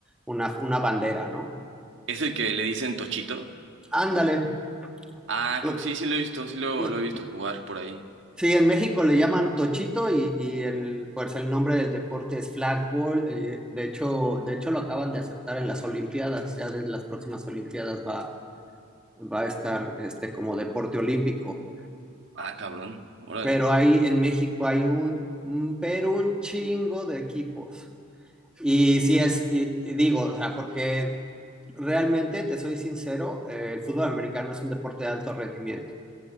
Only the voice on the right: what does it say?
¿Es el que le dicen Tochito?
Ah,
creo que sí, sí lo he visto, sí lo,
lo he visto jugar por ahí.
Ah, cabrón, órale.